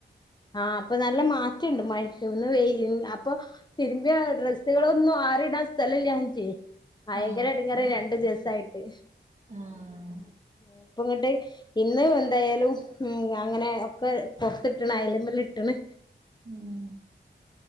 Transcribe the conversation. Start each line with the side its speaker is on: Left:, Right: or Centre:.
Left: ആഹ് പ്പൊ നല്ല മാറ്റണ്ട് മഴക്ക് ന്ന് വെയില് അപ്പൊ തിര്മ്പിയ ഡ്രസ്സ്‌കളൊന്ന് ആറിടാസ്തലല്യാഞ്ഞിട്ടേ ഭയങ്കര
Right: ആഹ്
Left: എടങ്ങേറയിനി രണ്ടു ദിവസായിട്ട്
Right: ആഹ്
Left: ഹേ ഇപ്പങ്ങട്ട് ഇന്ന് എന്തായാലും ഉം ഞാനിങ്ങനെ ഒക്കെ പുറത്തി- ട്ട്ണ് ആയല്മ്മലിട്ട്ണ്
Right: ഉം